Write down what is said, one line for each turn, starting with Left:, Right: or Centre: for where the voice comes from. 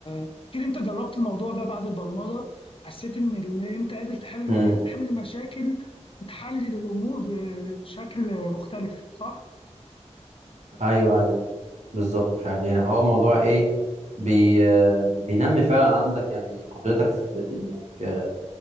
Left: اكيد انت جربت الموضوع ده بعد البرمجه حسيت ان ال- انت قادر تحل
Right: امم
Left: تحل مشاكل وتحلل الامور بشكل مختلف صح
Right: ايوه ايوه بالظبط فعلا يعني هو موضوع ايه بي آه، بينمي فعلا عندك يعني قدرتك في في انك آه،